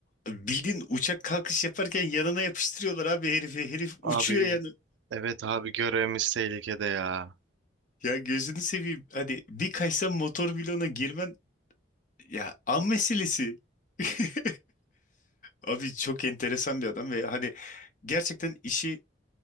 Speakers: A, on the left (about 40°); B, on the right (about 75°).
A: Bildiğin uçak kalkış yaparken yanına yapıştırıyorlar abi herifi. Herif
B: Abi
A: uçuyor yani.
B: Evet abi görevimiz tehlikede ya.
A: Ya gözünü seveyim. Hani bir kaysa motor bloğuna girmen ya an meselesi. <laughs> Abi çok enteresan bir adam ve hani gerçekten işi